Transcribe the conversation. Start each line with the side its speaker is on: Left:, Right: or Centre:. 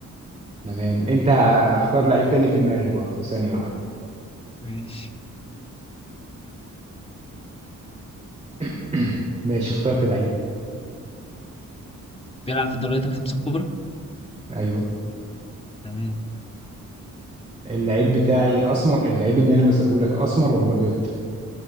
Right: تمام انت آه، اختار لعيب تاني في دماغي برضه ثانية واحدة
Left: ماشي
Right: <clears throat> ماشي اخترت لعيب
Left: بيلعب في الدوريات الخمسة الكبرى
Right: ايوه
Left: تمام
Right: اللعيب بتاعي اسمر اللعيب اللي انا بسأله لك اسمر ولا ابيض